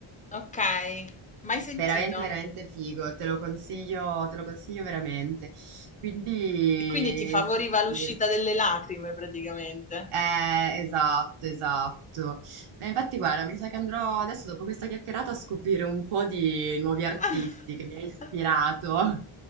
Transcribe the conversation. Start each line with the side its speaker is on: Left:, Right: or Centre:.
Left: Okay, mai
Right: veramente,
Left: sentito.
Right: veramente figo, te lo consiglio, te lo consiglio veramente. Quindi,
Left: E quindi ti favoriva
Right: sì,
Left: l'uscita
Right: sì.
Left: delle lacrime praticamente.
Right: Eh, esatto, esatto. Ma infatti, guarda, mi sa che andrò adesso, dopo questa chiacchierata, a scoprire un po' di nuovi artisti
Left: <laughs>
Right: che mi ha ispirato.